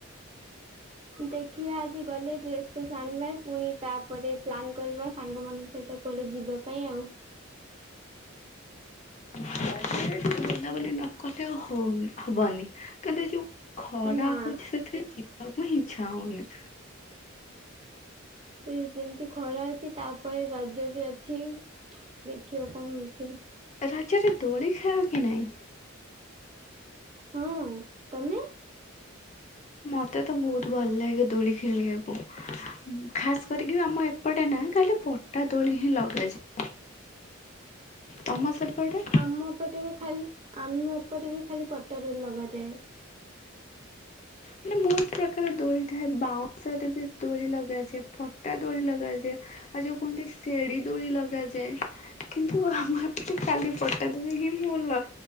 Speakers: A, on the right; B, on the left.
A: ଦେଖିବା ଆଜି ଗଲେ ଡ୍ରେସ ଫ୍ରେସ୍ ଆଣିବା ପୁଣି ତାପରେ ପ୍ଲାନ୍ କରିବା ସାଙ୍ଗ ମାନଙ୍କ ସହିତ କୁଆଡେ ଯିବା ପାଇଁ ଆଉ।
B: ଯାତ୍ରାରେ ଟିକେ ବୁଲାବୁଲି ନ କଲେ ଆଉ ହଉନି ହବନି କିନ୍ତୁ ଏ ଯୋଉ ଖରା
A: ନା
B: ହଉଛି ସେଥିରେ ଯିବାକୁ ହିଁ ଇଚ୍ଛା ହଉନି।
A: ଏ ଯେମିତି ଖରା ଅଛି ତାପରେ ରଜ ବି ଅଛି ଦେଖିବା କଣ ହଉଛି।
B: ରାଜରେ ଦୋଳି ଖେଳ କି ନାଇଁ?
A: ହଁ, ତମେ?
B: ମତେ ତ ବହୁତ ଭଲ ଲାଗେ ଦୋଳି ଖେଳିବାକୁ। ଉଁ ଖାସ କରିକି ବି ଆମ ଏପଟେ ନା ଖାଲି ପଟା ଦୋଳି ହିଁ ଲଗାଯାଏ। ତମ ସେପଟେ?
A: ଆମ ଏପଟେ ବି ଖାଲି, ଆମ ଏପଟେ ବି ଖାଲି ପଟା ଦୋଳି ଲଗାଯାଏ।
B: ମାନେ ବହୁତ ପ୍ରକାର ଦୋଳି ଥାଏ ବାଉଁଶରେ ବି ଦୋଳି ଲଗାଯାଏ ପଟା ଦୋଳି ଲଗାଯାଏ। ଆଉ ଯୋଉ କୁହନ୍ତି ସେଡି ଦୋଳି ଲଗାଯାଏ କିନ୍ତୁ ଆମ ଏପଟେ ଖାଲି ପଟ୍ ପଟା ଦୋଳି ହିଁ ମୁଁ ଲ